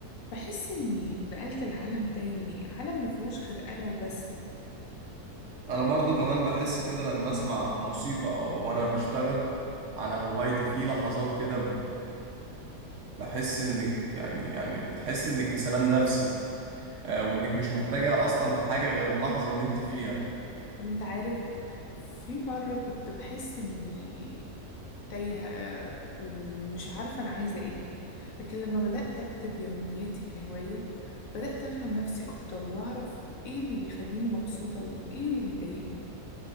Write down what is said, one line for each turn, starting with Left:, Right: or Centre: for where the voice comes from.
Left: بحس إني اتنقلت لعالم تاني عالم مفيهوش غير أنا وبس
Right: انا برضو كمان بحس كده لما اسمع موسيقى او وانا بشتغل على هوايتي في لحظات كده بحس انك يعني يعني بتحس انك في سلام نفسي آه، وانك مش محتاجة اصلا حاجة غير اللحظة اللي انت فيها
Left: طب انت عارف في مرة كنت بحس اني تايهة آه، ومش عارفة انا عايزة ايه لكن لما بدأت اكتب يومياتي كهواية بدأت افهم نفسي اكتر واعرف ايه اللي بيخليني مبسوطة وايه اللي بيضايقني